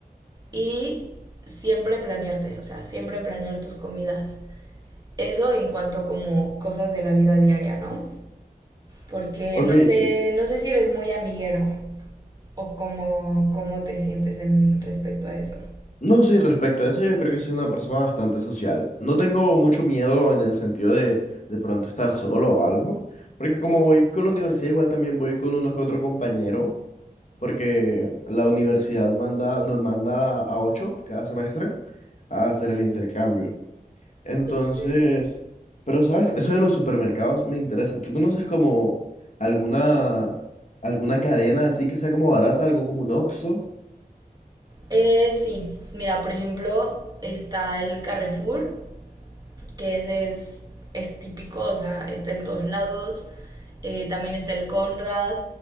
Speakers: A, on the right (about 25°); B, on the left (about 50°).
A: y siempre planearte, o sea, siempre planear tus comidas. Eso en cuanto a como cosas de la vida diaria, ¿no? Porque
B: Ok,
A: no sé,
B: y-
A: no sé si eres muy amiguero o cómo, cómo te sientes en respecto a eso.
B: No, sí, respecto a eso, yo creo que soy una persona bastante social. No tengo mucho miedo en el sentido de de pronto estar solo o algo, porque como voy con la universidad, igual también voy con uno que otro compañero, porque la universidad manda, nos manda a ocho cada semestre a hacer el intercambio. Entonces,
A: Sí.
B: pero sabes, eso de los supermercados me interesa. ¿Tú conoces como alguna, alguna cadena así que sea como barata, algo como un Oxxo?
A: Eh, sí, mira, por ejemplo, está el Carrefour, que ese es, es típico, o sea, está en todos lados. Eh, también está el Conrad,